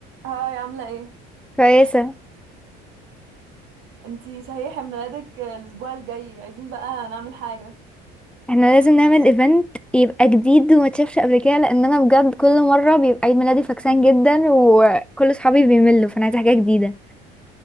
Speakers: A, on the right; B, in the centre.
A: هاي عاملة ايه؟
B: كويسة
A: انتي صحيح عيد ميلادك الأسبوع الجاي عايزين بقى نعمل حاجة
B: احنا لازم نعمل ايفنت يبقى جديد وما تشافش قبل كده لان انا بجد كل مرة بيبقى عيد ميلادي فكسان جدا وكل صحابي بيملوا فانا عايزة حاجة جديدة